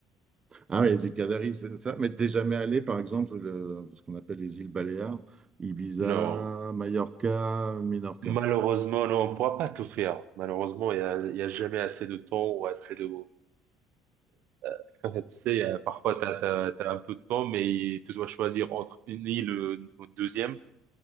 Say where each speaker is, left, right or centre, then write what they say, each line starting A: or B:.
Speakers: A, on the right; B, on the right.
A: Ah oui, les îles Canaries, c'est ça. Mais t'es jamais allé, par exemple, le- ce qu'on appelle les îles Baléares, Ibiza,
B: Non.
A: Mallorca, Minorca.
B: Malheureusement, non, on ne pourra pas tout faire. Malheureusement, il n'y a, il y a jamais assez de temps ou assez de, <laughs> Tu sais, euh, parfois, tu as, un peu de temps, mais tu dois choisir entre une île euh, ou une deuxième.